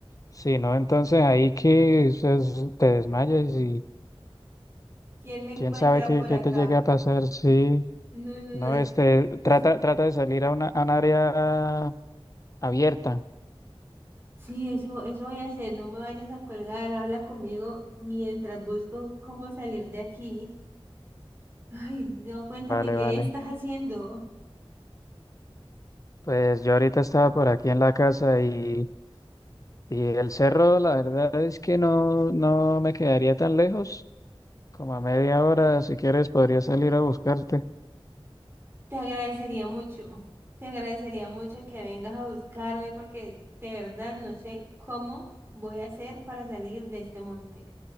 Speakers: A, on the left; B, on the right.
A: si no, entonces ahí que es- te desmayas y
B: ¿Quién me encuentra
A: quién sabe qué,
B: por
A: qué
B: acá?
A: te llegue a pasar. Sí,
B: No, no,
A: no,
B: no.
A: este,
B: <clears throat>
A: trata, trata de salir a una, a un área abierta.
B: Sí, eso, eso voy a hacer. No me vayas a colgar. Habla conmigo mientras busco cómo salir de aquí. Ay, no, cuéntame
A: Vale,
B: qué
A: vale.
B: estás haciendo.
A: Pues yo ahorita estaba por aquí en la casa y. Y el cerro, la verdad es que no, no me quedaría tan lejos. Como a media hora, si quieres, podría salir a buscarte.
B: Te agradecería mucho. Te agradecería mucho que vengas a buscarme porque de verdad no sé cómo voy a hacer para salir de este monte.